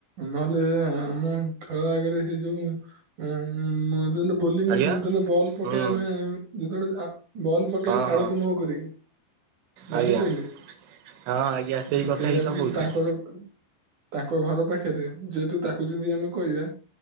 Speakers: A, on the right; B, on the right.
A: ନହେଲେ ଆମ ଗାଁ ଆଗରେ ସେ ଯୋଉ ଉଁ ଯେତେବେଳେ ବଲିଂ
B: ଆଜ୍ଞା ଆଜ୍ଞା
A: ଯେତଳେ ବଲ୍
B: ହୁଁ
A: ପକେଇବାର ନାଇଁ ଯେତେବେଳେ ଆ ବଲ ପକେଇବେ
B: ହଁ
A: ସାଡକୁ
B: ହଁ
A: ମୁହ କରିକି ଜାଣିପାରିଲେ?
B: ଆଜ୍ଞା ହଁ ଆଜ୍ଞା ସେଇ କଥା
A: ସେଇଆକୁ
B: ହିଁ ତ କହୁଥିଲି।
A: ତାଙ୍କର ତାଙ୍କ ଘର ପାଖରେ ରେ ଯେହେତୁ ତାକୁ ଯଦି ଆମେ କହିବା